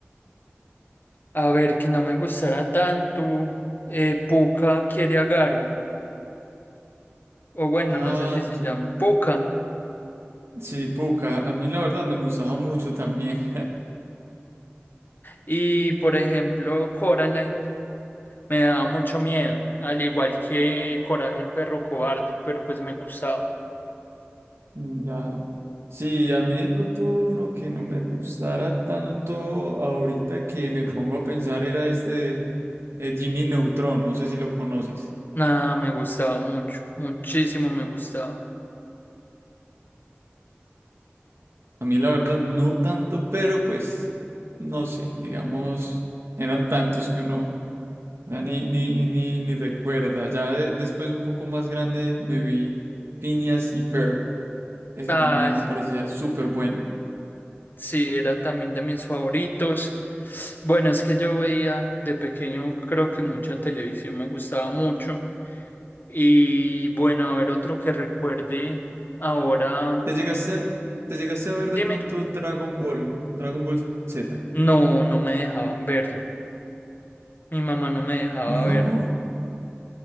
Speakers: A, on the left (about 50°); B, on the right (about 75°).
A: a ver, que no me gustará tanto. Eh, Puka quiere a Garu. O bueno,
B: Ah,
A: no sé si se
B: ya.
A: llama Puka.
B: Sí, Puka, a mí la verdad me gustaba mucho también.
A: Y por ejemplo, Coraline me daba mucho miedo. Al igual que Coraje el perro cobarde. Pero pues me gustaba.
B: Mm, Ya. Sí, a mí de pronto uno que no me gustara tanto ahorita que me pongo a pensar era este eh, Jimmy Neutron, no sé si lo conoces.
A: Nada, me gustaba mucho. Muchísimo me gustaba.
B: A mí la verdad no tanto, pero pues no sé, digamos, eran tantos que uno ya ni, ni, ni, ni recuerda. Ya de- después un poco más grande me vi Phineas y Ferb, ese
A: Ah,
B: también me parecía súper bueno.
A: Sí, era también de mis favoritos. Bueno, es que yo veía de pequeño, creo que mucha televisión me gustaba mucho. Y bueno, a ver otro que recuerde ahora,
B: ¿Te llegaste a, te llegaste a ver
A: dime,
B: de pronto Dragon Ball, Dragon Ball Z?
A: no, no me dejaban verlo. Mi mamá no me dejaba verlo.
B: No,